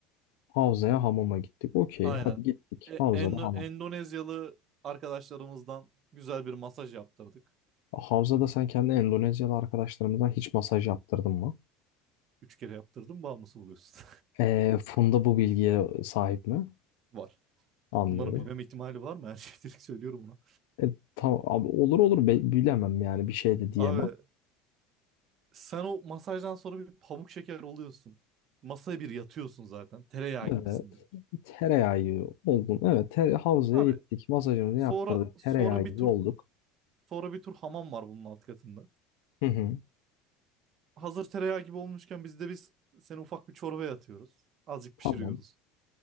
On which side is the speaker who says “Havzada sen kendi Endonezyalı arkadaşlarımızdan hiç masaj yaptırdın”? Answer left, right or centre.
Left